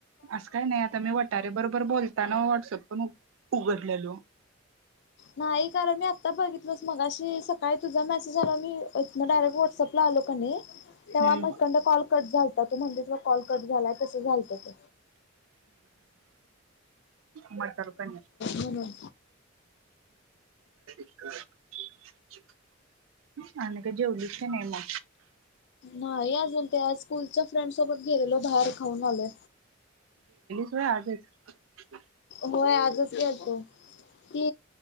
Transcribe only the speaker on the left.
नाही कारण मी आता बघितलो मगाशी सकाळी तुझा मेसेज आला मी तिनं डायरेक्ट व्हाट्सअपला आलो का नाही तेव्हा
मग इकडंन कॉल कट झालता तु म्हणलीस बघ कॉल कट झालाय तसं झालंत.
म्हणून
नाही अजून ते स्कूलच्या फ्रेंड सोबत गेलेलो बाहेर खाऊन आलो.
होय आजचं. गेलतो, ती